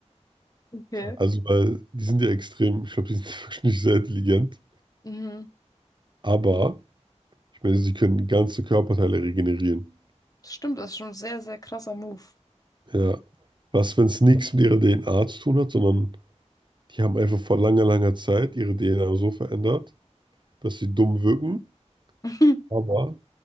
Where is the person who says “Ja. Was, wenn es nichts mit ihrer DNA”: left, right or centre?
Right